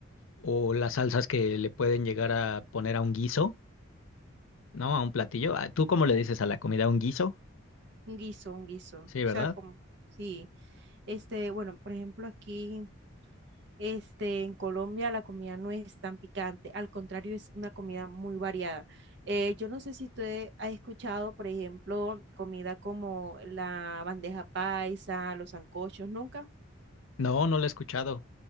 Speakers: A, on the left; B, on the right.
A: o las salsas que le pueden llegar a poner a un guiso, ¿no? A un platillo. Ah, ¿Tú cómo le dices a la comida un guiso?
B: Un guiso, un guiso.
A: Sí,
B: O
A: ¿verdad?
B: sea, como, sí. Este, bueno, por ejemplo, aquí, este, en Colombia la comida no es tan picante. Al contrario, es una comida muy variada. Eh, yo no sé si usted ha escuchado, por ejemplo, comida como la bandeja paisa, los sancochos. ¿Nunca?
A: No, no lo he escuchado.